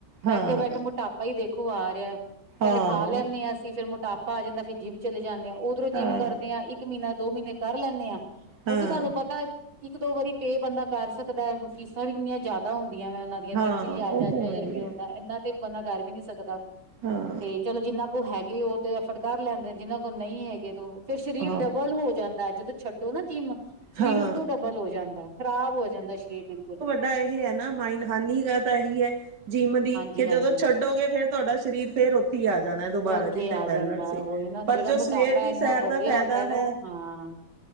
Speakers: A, on the right (about 90°); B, on the right (about 60°).
A: ਬੈਠੇ-ਬੈਠੇ
B: ਹਾਂ
A: ਮੋਟਾਪਾ ਈ ਦੇਖੋ ਆ ਰਿਆ।
B: ਹਾਂ
A: ਪਹਿਲੇ ਖਾ ਲੈਂਨੇ ਆ ਅਸੀਂ ਫੇਰ ਮੋਟਾਪਾ ਆ ਜਾਂਦਾ ਫੇਰ ਜਿੰਮ ਚਲੇ ਜਾਂਨੇ ਆ ਉਧਰੋਂ
B: ਹਾਂ
A: ਜਿੰਮ ਕਰਦੇ ਆ ਇੱਕ ਇੱਕ ਮਹੀਨਾ ਦੋ ਮਹੀਨੇ ਕਰ ਲੈਨੇ ਆਂ ਕਿਉਂਕਿ
B: ਹਾਂ
A: ਤੁਹਾਨੂੰ ਪਤਾ ਇੱਕ ਦੋ ਵਾਰੀ ਪੇ ਬੰਦਾ ਕਰ ਸਕਦਾ ਅਗੋਂ ਫੀਸਾਂ ਵੀ ਇੰਨੀਆਂ ਜ਼ਿਆਦਾ ਹੁੰਦੀਆਂ ਵਾ ਉਨਾਂ ਆਂ ਤਿੰਨ-ਤਿੰਨ
B: ਹਾਂ
A: ਹਜ਼ਾਰ
B: ਉਹ
A: ਚਾਰ-ਚਾਰ
B: ਤਾਂ
A: ਹਜ਼ਾਰ
B: ਹੈ ਹੀ
A: ਰੁਪਇਆ
B: ਹੈ
A: ਹੁੰਦਾ। ਏਨਾ ਤੇ ਬੰਦਾ ਕਰ ਵੀ ਨੀ ਸਕਦਾ
B: ਹਾਂ
A: ਤੇ ਚਲੋ ਜਿੰਨਾ ਉਹ ਹੈਗੇ ਉਹ ਤੇ ਐਫਰਟ ਕਰ ਲੈਂਦੇ ਜਿਨਾਂ ਕੋਲ ਨਹੀਂ ਹੈਗੇ ਤੇ ਉਹ ਫੇਰ ਸ਼ਰੀਰ
B: ਹਾਂ
A: ਡਬਲ ਹੋ ਜਾਂਦਾ ਜਦੋਂ ਛੱਡੋ ਨਾ ਜਿਮ ਸ਼ਰੀਰ
B: ਹਾਂ
A: ਉਸ ਤੋਂ ਡਬਲ ਹੋ ਜਾਂਦਾ ਖ਼ਰਾਬ ਹੋ ਜਾਂਦਾ ਸ਼ਰੀਰ ਬਿਲਕੁਲ ਵੀ
B: ਤਾ ਇਹ ਆ ਨਾ ਮਾਇਨ ਹਾਨੀ ਜ਼ਿਆਦਾ ਤਾਂ ਏਹੀ ਆ ਜਿੰਮ ਦੀ
A: ਹਾਂਜੀ
B: ਕਿ
A: ਹਾਂਜੀ
B: ਜਦੋਂ ਛੱਡੋਗੇ ਫੇਰ ਤੁਹਾਡਾ ਸਰੀਰ ਫੇਰ ਓਥੇ ਈ ਆ ਜਾਨਾ ਦੁਬਾਰਾ
A: ਉੱਥੇ
B: ਜਿੱਥੇ
A: ਆ
B: ਪਹਿਲਾਂ
A: ਜਾਂਦਾ
B: ਸੀ
A: ਉਹੀ ਨਾ
B: ਪਰ
A: ਜਿਹੜਾ
B: ਜੋ
A: ਮੋਟਾਪਾ
B: ਸਵੇਰ ਦੀ
A: ਇੰਨਾ
B: ਸੈਰ
A: ਵਧਿਆ
B: ਦਾ ਫੈਦਾ
A: ਹੁੰਦਾ ਵੈ
B: ਹੈ
A: ਹਾਂ।